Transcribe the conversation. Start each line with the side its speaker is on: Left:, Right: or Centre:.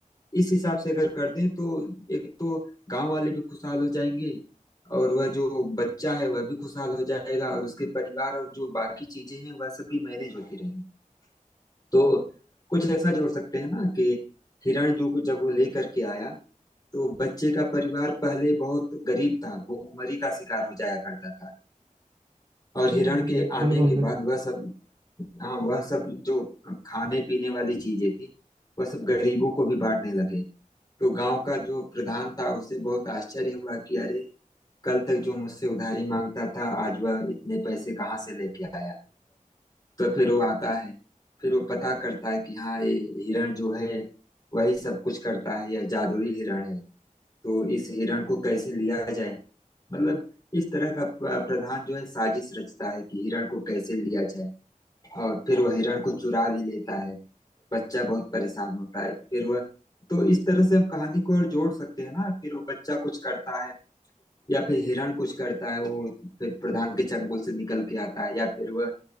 Left: इस हिसाब से अगर कर दें तो एक तो गांव वाले भी खुशहाल हो जाएंगे और वह जो बच्चा है वह भी खुशहाल हो जाएगा और उसके परिवार और जो बाकी चीजें हैं वह सब भी मैनेज होती रहेंगी तो कुछ ऐसा जोड़ सकते हैं ना कि हिरण जो को- जब वो लेकर के आया तो बच्चे का परिवार पहले बहुत गरीब था भूखमरी का शिकार हो जाया करता था और
Right: हम्म
Left: हिरण के आने
Right: बिल्कुल
Left: के
Right: बिल्कुल
Left: बाद वह सब हाँ वह सब जो खाने पीने वाली चीजें थी वह सब गरीबों को भी बांटने लगे तो गांव का जो प्रधान था उसे बहुत आश्चर्य हुआ कि अरे कल तक जो मुझसे उधारी मांगता था आज वह इतने पैसे कहाँ से लेके आया तो फिर वो आता है फिर वो पता करता है कि हाँ ये हिरण जो है वही सब कुछ करता है यह जादुई हिरण है तो इस हिरण को कैसे लिया जाए मतलब इस तरह का प- प्रधान जो है साजिश रचता है कि हिरण को कैसे लिया जाए और फिर वो हिरण को चुरा भी लेता है बच्चा बहुत परेशान होता है फिर वह तो इस तरह से हम कहानी को और जोड़ सकते हैं ना फिर वो बच्चा कुछ करता है या फिर हिरण कुछ करता है वो फिर प्रधान के चंगुल से निकल के आता है या फिर वह